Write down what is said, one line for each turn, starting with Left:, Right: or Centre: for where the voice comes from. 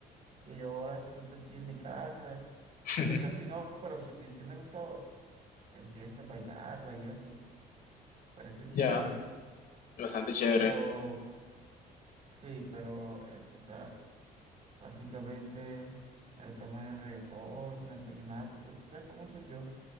Right: que yo ahora escucho así en mi casa.
Left: <laughs>
Right: Pues casi no, pero sí, sí me gusta en fiestas bailarla y eso. Parece chévere.
Left: ya, bastante chévere.
Right: Pero sí, pero eso, o sea, básicamente el tema más el reggaetón, el vallenato, pues tú sabes cómo soy yo.